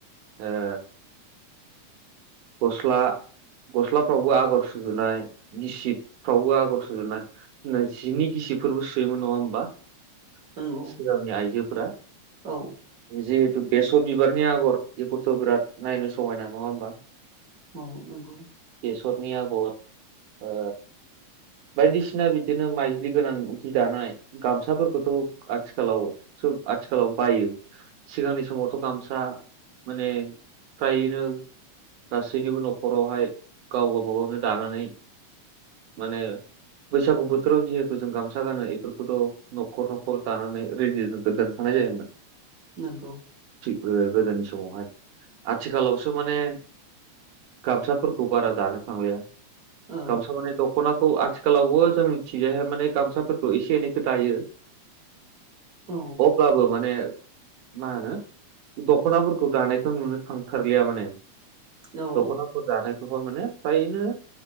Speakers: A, on the right; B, on the right.
A: ओ गस्ला गस्लाफ्रावबो आगर सुजुनाय। गिसिबफ्रावबो आगर सुजोबनाय ना जिनि गिसिबफोरबो सोयोमोन नङा होमबा।
B: नंगौ
A: सिगांनि आइजोफोरा।
B: औ।
A: जिहेतु बेसर बिबारनि आगर बेफोरथ' बिराद नायनो समायना नङा होमबा।
B: औ नंगौ।
A: बेसरनि आगर।
B: <inaudible>
A: ओ बायदिसिना बिदिनो माइज्लि गोनां जि दानाय। गामसाफोरखौथ' आथिखालाव बोस आथिखालाव बायो। सिगांनि समावथ' गामसा। माने फ्रायैनो गासैनिबो न'खरावहाय गाव गावबागावनो दानानै। माने बैसागु बोथोराव जिहेथु जों गामसा गानो इफोरखौथ' न'खर न'खर दानानै रेडि दोनदोनखानाय जायोमोन।
B: नोंगौ।
A: थिग ओ गोदोनि समावहाय आथिखालावसो माने। गामसाफोरखौ बारा दानो थांलिया।
B: औ
A: गामसा माने दख'ना खौ आथिखालावबो जोंनि थिंजायहाय माने गामसाफोरखौ एसे एनैखौ दायो।
B: औ
A: अब्लाबो माने। मा होनो दख'नाफोरखौ दानायखौ नुनो थांथारलिया माने।
B: औ
A: दख'नाफोर दानायखौबा माने फ्रायैनो।